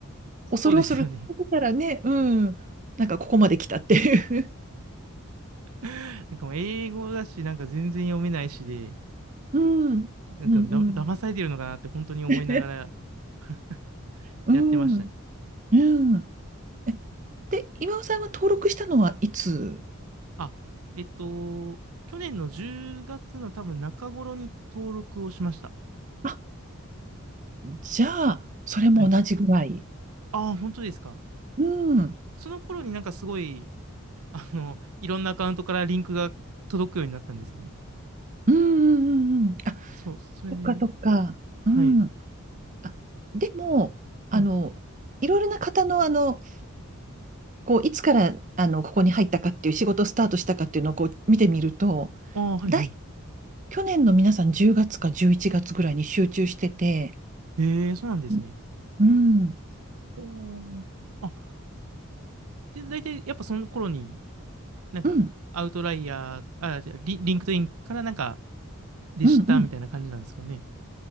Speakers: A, on the right; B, on the right.
A: そうですよね。
B: 恐る恐る、ここからね、うん、なんかここまで来たっていう。
A: <laughs> なんかもう英語だし、なんか全然読めないしで、
B: <laughs> うん、
A: なんかだ、
B: うん、うん。
A: 騙されてるのかなって本当に思いながら
B: <laughs>
A: <laughs>
B: うん
A: やってましたね。
B: うん。えで、今尾さんは登録したのはいつ
A: あ、えっと、去年の10月の多分中頃に登録をしました。
B: あ、じゃあ、それも同じぐらい。
A: はい。ああ、本当ですか。
B: うん。
A: その頃になんかすごい、あの、いろんなアカウントからリンクが届くようになったんですよね。
B: うんうんうんうん。あ、
A: そう、それで、
B: そっかそっか。
A: はい、
B: うん。あ、でも、
A: はい。
B: あの、いろいろな方の、あの、こう、いつから、あの、ここに入ったかっていう仕事スタートしたかっていうのをこう見てみると、
A: ああ、はい、
B: 大、
A: はい。
B: 去年の皆さん10月か11月ぐらいに集中してて、
A: へえ、そうなんですね。
B: うん。うん。
A: おーあ、で、大体やっぱその頃に、なんか、
B: うん。
A: アウトライヤー、あ、じゃあリ、リンクトインからなんか、でしたみたいな感じなんですかね。
B: うん。